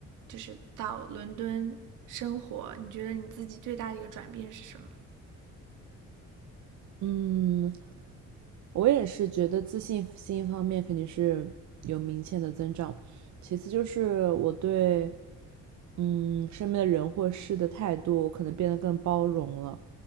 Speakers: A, on the right; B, on the right.
A: 就是到伦敦生活，你觉得你自己最大的一个转变是什么？
B: 嗯，我也是觉得自信心方面肯定是有明显的增长，其次就是我对嗯身边的人或事的态度可能变得更包容了，